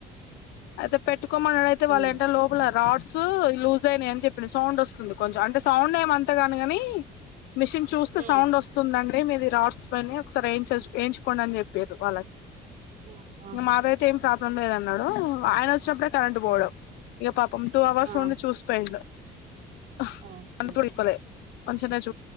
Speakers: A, on the left (about 85°); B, on the right (about 55°).
A: అయితే పెట్టుకోమన్నాడ అయితే వాళ్ళ
B: ఉమ్
A: ఏంట లోపల రాట్స్ లూజ్ అయినాయి అని చెప్పింది సౌండ్ ఒస్ వస్తుంది కొంచెం అంటె సౌండ్ ఏమంతగాదు గాని మిషిన్ చూస్తే
B: ఉమ్
A: సౌండ్ వస్తుందండి అంటే మీది ఈ రాట్స్ పోయినయి ఒకసారి ఏంచ్ ఎయించుకోండి అని చెప్పిర్రు వాళ్ళకి
B: ఆ ఆహా
A: ఇగ మాది అయితే ఏం ప్రాబ్లం లేదన్నడు ఆయన ఒచ్చినప్పుడే కరంట్ పోవడం
B: ఆ
A: ఇగ పాపం టూ అవర్స్
B: ఆ
A: ఉండి చూసిపోయిండు హ్
B: ఓకే
A: అందుకూడ ఇప్పలే కొంచం <unintelligible>